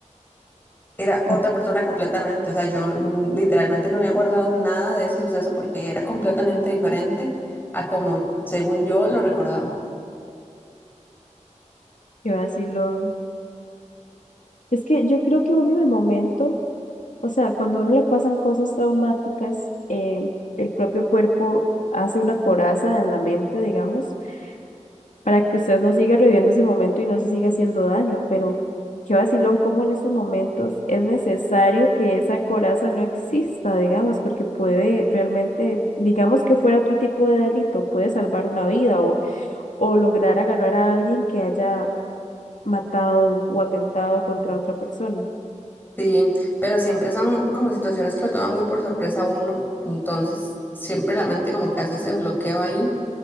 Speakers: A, on the left; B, on the left.
A: Era
B: No,
A: otra persona completamente. O sea, yo mm, literalmente no había guardado nada de ese suceso porque era completamente diferente a como, según yo, lo recordaba.
B: Qué vacilón. Es que yo creo que uno en el momento, o sea, cuando a uno le pasan cosas traumáticas, eh, el propio cuerpo hace una coraza en la mente, digamos, para que usted no siga reviviendo ese momento y no se siga haciendo daño. Pero qué vacilón, cómo en esos momentos es necesario que esa coraza no exista, digamos, porque puede realmente, digamos que fuera otro tipo de delito, puede salvar una vida o, o lograr agarrar a alguien que haya matado o atentado contra otra persona.
A: Sí, pero siempre son como situaciones que lo toman muy por sorpresa a uno. Entonces, siempre la mente como que hace ese bloqueo ahí.